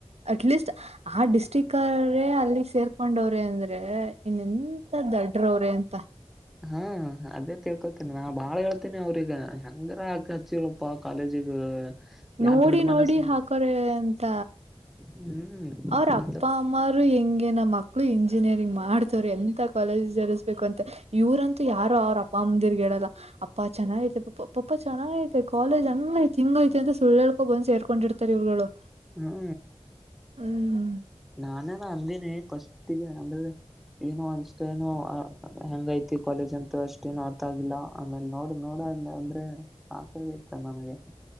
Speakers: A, on the right; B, in the centre.
A: ಅಟ್ಲೀಸ್ಟ್. ಆ ಡಿಸ್ಟಿಕ್ ಅಲ್ಲಿ ಸೇರ್ಕೊಂಡವ್ರೇ ಅಂದ್ರೆ ಇನ್ನ ಎಂತ ದಡ್ಡ್ರವ್ರೇ ಅಂತ.
B: ಹಾ ಅದೇ ಕೇಳ್ಕೊಳ್ತೇನಿ ನಾ ಬಾಳೇಳ್ತೇನೆ ಅವ್ರಗ ಶಂಗರ ಹಾಕ ಹಚ್ಚಿರಪ್ಪ. ಕಾಲಜಗ ಯ
A: ನೋಡಿ
B: ದೊಡ ಮನಸ
A: ನೋಡಿ
B: ನೋ
A: ಹಾಕೋರೆ ಅಂತ
B: ಹ್ಮ್.
A: ಅವ್ರ
B: ಮತ್ತ
A: ಅಪ್ಪ ಅಮ್ಮರು ಹೆಂಗೆ ನಮ್ಮ ಅ ಮಕ್ಕಳು ಇಂಜಿನಿಯರಿಂಗ್ ಮಾಡ್ತವ್ರು ಎಂಥ ಕಾಲೇಜಸ್ ಸೇರಿಸಬೇಕಂತ. ಇವ್ರಂತೂ ಯಾರು ಅವ್ರ ಅಪ್ಪ ಅಮ್ಮಂದಿರಿಗೆ ಹೇಳಲ್ಲ ಅಪ್ಪ ಚೆನ್ನಾಗೈತೆ ಪಪ್ಪ ಚೆನ್ನಾಗೈತೆ. ಕಾಲೇಜ್ ಹಂಗೈತೆ ಹಿಂಗ್ ಐತೆ ಅಂತ ಸುಳ್ಳುಹೇಳ್ಕೊಂಡ ಬಂದ್ ಸೇರ್ಕೊಂಡಿರ್ತಾರೆ ಇವ್ಗಳು.
B: ಹೂ
A: ಹ್ಮ್ ಹ್ಮ್
B: ನಾನೇನ ಅಂದಿನಿ ಫಸ್ಟ್ನೆ ಅಂದ್ರೆ ಏನು ಅನ್ಸತೆನೋ. ಹೆಂಗ ಐತಿ ಕಾಲೇಜ್ ಅಂತ ಅಷ್ಟ್ ಏನ ಅರ್ಥ ಆಗಿಲ್ಲ ಆಮೇಲೆ ನೋಡು ನೋಡಣ ಅಂದ್ರೆ ಸಾಕಾಗೈತ ನನಗೆ.